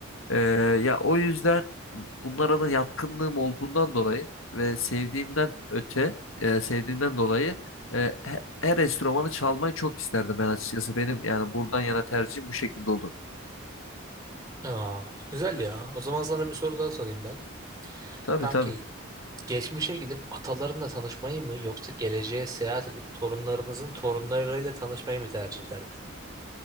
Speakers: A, on the left; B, on the right.
A: E, ya o yüzden bunlara da yatkınlığım olduğundan dolayı ve sevdiğimden öte, e, sevdiğimden dolayı e, he- her enstrümanı çalmayı çok isterdim ben açıkçası. Benim yani buradan yana tercihim bu şekilde olurdu.
B: Aa, güzel ya. O zaman sana bir soru daha sorayım ben.
A: Tabii
B: Kanki,
A: tabii.
B: geçmişe gidip atalarınla tanışmayı mı yoksa geleceğe seyahat edip torunlarınızın torunlarıyla tanışmayı mı tercih ederdin?